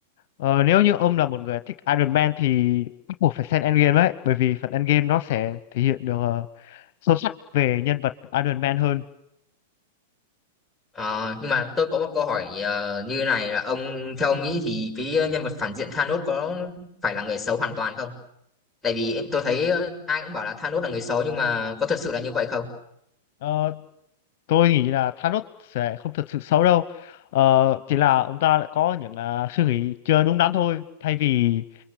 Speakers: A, on the left; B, in the centre.
A: ờ, nếu như ông là một người thích Iron Man thì bắt buộc phải xem Endgame ấy bởi vì phần Endgame nó sẽ thể hiện được ờ, sâu sắc về nhân vật Iron Man hơn
B: Ờ, nhưng mà tôi có một câu hỏi ờ, như này là ông theo ông nghĩ thì cái nhân vật phản diện Thanos có phải là người xấu hoàn toàn không? Tại vì em tôi thấy ờ, ai cũng bảo là Thanos là người xấu nhưng mà có thật sự là như vậy không?
A: Ờ, tôi nghĩ là Thanos sẽ không thật sự xấu đâu Ờ, chỉ là ông ta lại có những à, suy nghĩ chưa đúng đắn thôi thay vì